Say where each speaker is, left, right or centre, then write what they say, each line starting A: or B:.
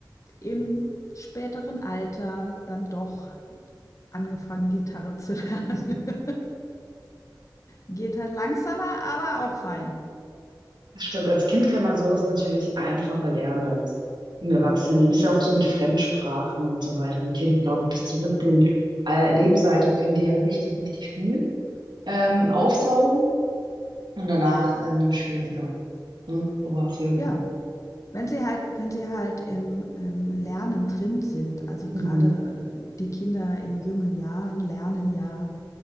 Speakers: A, on the left (about 45°); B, on the right (about 75°).
A: im späteren Alter dann doch angefangen, Gitarre zu lernen. <laughs> Geht halt langsamer, aber auch fein.
B: Das Stimmt, als Kind kann man sowas natürlich einfacher lernen als im Erwachsenenleben. Ist ja auch so mit Fremdsprachen und so weiter. Ein Kind, glaube ich, bis zum siebten Al- Lebensalter können die ja richtig, richtig viel ähm, aufsaugen und danach ähm, schwieriger. Ne? So war es ja irgendwie.
A: Ja. Wenn sie halt, wenn sie halt im, im Lernen drin sind, also gerade
B: Mhm.
A: äh, die Kinder in jungen Jahren lernen ja